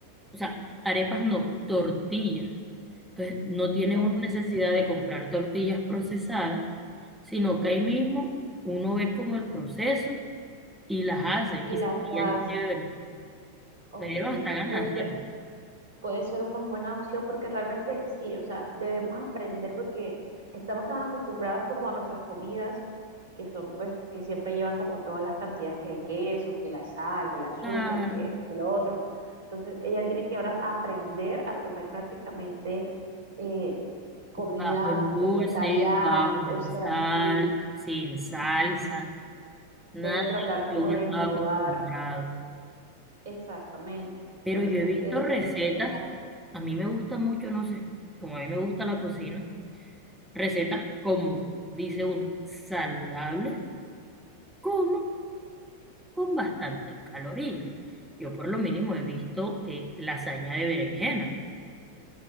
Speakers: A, in the centre; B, on the right (about 60°).
A: O sea, arepas no, tortillas. Entonces, no tiene
B: tortillas.
A: una necesidad de comprar tortillas procesadas, sino que ahí mismo uno ve como el proceso y las hace
B: Y
A: y
B: la salsa.
A: serían chéveres.
B: Ok,
A: Pero hasta ganas
B: puede
A: de
B: ser,
A: hacerlo.
B: puede ser una buena opción porque realmente sí, o sea, debemos aprender porque estamos tan acostumbrados como a nuestras comidas, que son pues, que siempre llevan como todas las cantidades, que el queso, que la sal, que el azúcar,
A: Claro,
B: que esto, que lo otro. Entonces, ella tiene que ahora aprender a comer prácticamente eh, comida
A: bajo en dulce,
B: vegetariana,
A: bajo en
B: o sea,
A: sal,
B: sí,
A: sin salsas.
B: ujú,
A: Nada
B: debe tratar
A: de lo
B: como
A: que uno
B: de
A: estaba
B: innovar,
A: acostumbrado.
B: exactamente.
A: Pero
B: Entonces,
A: yo he visto
B: eso
A: recetas,
B: es lo que pasa.
A: a mí me gusta mucho, no sé, como a mí me gusta la cocina, recetas como, dice uno, saludables, como con bastantes calorías. Yo por lo mínimo he visto eh, lasaña de berenjena.